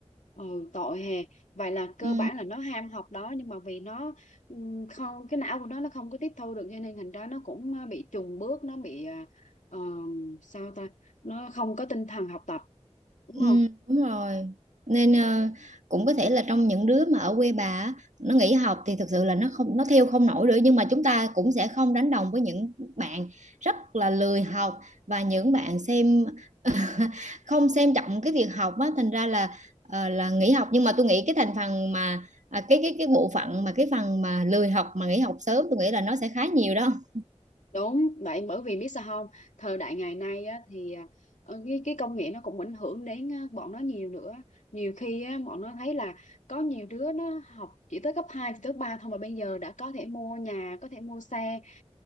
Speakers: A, on the left (about 85°); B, on the right (about 80°).
A: Ừ, tội hè vậy là cơ
B: ừ
A: bản là nó ham học đó nhưng mà vì nó ừm, không cái não của nó nó không có tiếp thu được cho nên thành ra nó cũng ờ, bị chùng bước nó bị ờ, ờm, sao ta nó không có tinh thần học tập đúng
B: Ừ,
A: không
B: đúng rồi nên
A: ừ.
B: ờ, cũng có thể là trong những đứa mà ở quê bà á, nó nghỉ học thì thực sự là nó không nó theo không nổi nữa nhưng mà chúng ta cũng sẽ không đánh đồng với những bạn rất là lười học và những bạn xem <laughs> không xem trọng cái việc học á thành ra là ờ, là nghỉ học nhưng mà tôi nghĩ cái thành phần mà à, cái cái cái bộ phận mà cái phần mà lười học mà nghỉ học sớm tôi nghĩ là nó sẽ khá nhiều đó
A: đúng vậy bởi vì biết sao không thời đại ngày nay á, thì ờ, ờ, cái, cái công nghệ nó cũng ảnh hưởng đến ờ, bọn nó nhiều nữa nhiều khi á, bọn nó thấy là có nhiều đứa nó học chỉ tới cấp 2, chỉ tới cấp 3 thôi mà bây giờ đã có thể mua nhà có thể mua xe